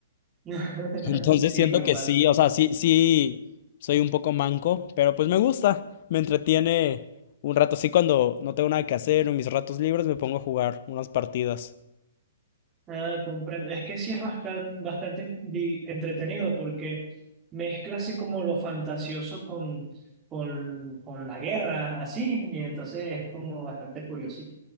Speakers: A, on the right; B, on the left.
A: <laughs>
B: Entonces
A: Sí,
B: siento
A: me
B: que
A: pasa.
B: sí, o sea, sí, sí, soy un poco manco, pero pues me gusta, me entretiene un rato. Sí, cuando no tengo nada que hacer, en mis ratos libres me pongo a jugar unas partidas.
A: Ah, comprendo. Es que sí es bastante, bastante di- entretenido porque mezcla así como lo fantasioso con, con, con la guerra, así, y entonces es como bastante curiosito.